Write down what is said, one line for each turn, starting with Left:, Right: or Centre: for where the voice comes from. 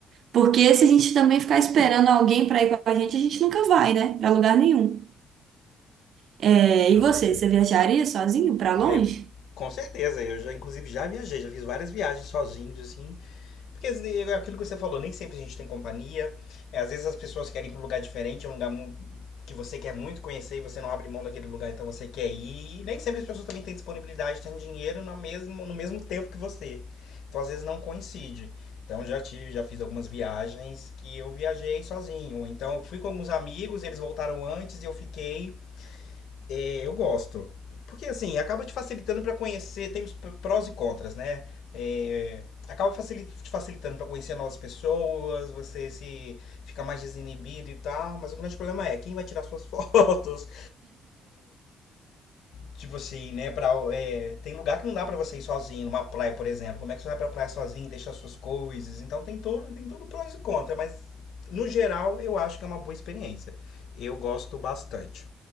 Right: Porque se a gente também ficar esperando alguém para ir com a gente, a gente nunca vai, né? Para lugar nenhum. É, e
Left: Ah,
Right: você,
Left: pois é.
Right: você viajaria sozinho para longe?
Left: Ah, eu, vi- com certeza. Eu já, inclusive, já viajei, já fiz várias viagens sozinhos, assim, Porque é aquilo que você falou, nem sempre a gente tem companhia. É, às vezes as pessoas querem ir para um lugar diferente, é um lugar que você quer muito conhecer e você não abre mão daquele lugar, então você quer ir. E nem sempre as pessoas também têm disponibilidade, têm dinheiro no mesmo, no mesmo tempo que você. Então às vezes não coincide. Então já tive, já fiz algumas viagens que eu viajei sozinho. Então eu fui com alguns amigos, eles voltaram antes e eu fiquei é, eu gosto. Porque assim, acaba te facilitando para conhecer, tem os p- prós e contras, né? É, acaba facili- te facilitando para conhecer novas pessoas, você se fica mais desinibido e tal, mas o grande problema é quem vai tirar suas <laughs> fotos. Tipo assim, né, pra, é, tem lugar que não dá para você ir sozinho, numa praia, por exemplo. Como é que você vai pra praia sozinho, e deixa suas coisas? Então tem tudo, tem tudo prós e contras, mas no geral eu acho que é uma boa experiência. Eu gosto bastante.